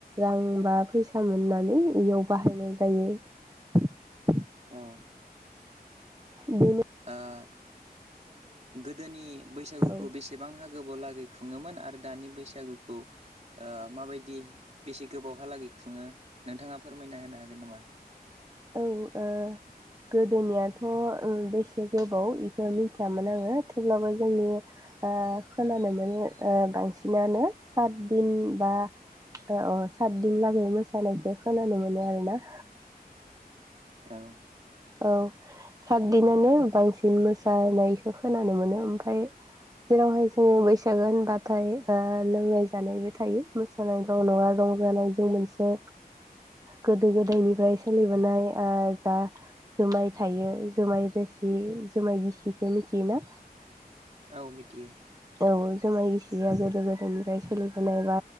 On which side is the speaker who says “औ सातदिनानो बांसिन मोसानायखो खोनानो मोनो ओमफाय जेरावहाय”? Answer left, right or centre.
Right